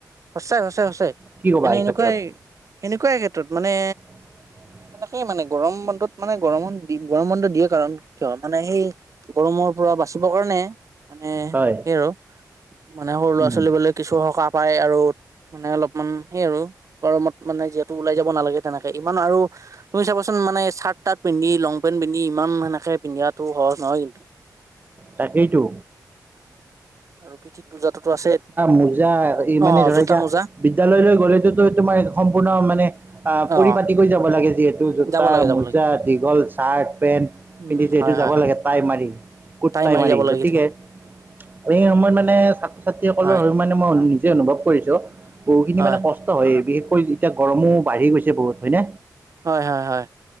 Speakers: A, on the right; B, on the right.
A: সঁচাই সঁচাই সঁচাই
B: কি ক'বা
A: মানে
B: এই
A: এনেকুৱাই
B: ক্ষেত্ৰত
A: এনেকুৱাই ক্ষেত্ৰত মানে
B: <inaudible>
A: মানে সেই মানে গৰম বন্ধত মানে গৰম দি গৰম বন্ধ দিয়ে কাৰণ কিয় হয় মানে সেই গৰমৰ পৰা বাচিব কাৰণে মানে
B: হয়
A: স আৰু মানে সৰু ল'ৰা
B: উম
A: ছাল কিছু সকাহ পায় আৰু মানে অলপমান সেই আৰু গৰমত মানে যিহেতু ওলাই যাব নালাগে তেনেকে ইমান আৰু তুমি চাবাচোন মানে চাৰ্ট তাৰ্ট পিন্ধি লং পেন্ট পিন্ধি ইমান সেনেকে পিন্ধিয়াটো সহজ ন গে
B: তাকেইটো
A: আৰু পিঠিত দুূৰ্জাততো আছে
B: মোজা
A: অ
B: মানে ধৰকা
A: জোতা মোজা
B: বিদ্যালয়লৈ গ'লেতোতো তোমাৰ সম্পূৰ্ণ মানে আহ পৰি
A: অ
B: পাতিকৈ যাব লাগে যিহেত টো জোতা
A: যাব লাগে যাব
B: মোজা
A: লাগে
B: দীঘল চাৰ্ট পেণ্ট
A: উম
B: পিন্ধিছে সেইটো
A: হয়
B: যাব
A: হয় হয়
B: লাগে টাই মাৰি কুতটাই
A: টাই
B: মাৰি
A: যাব লাগে
B: গতিকে
A: কেইদিনমান
B: এই সময়ত মানে ছাত্ৰ ছাত্ৰীসকলৰ
A: হয়
B: মানে মই নিজে অনুভৱ কৰিছো বহুখিনি
A: হয়
B: মানে কষ্ট হয় বিশেষকৈ এতিয়া গৰমো বাঢ়ি গৈছে বহুত হয় ন
A: হয় হয় হয়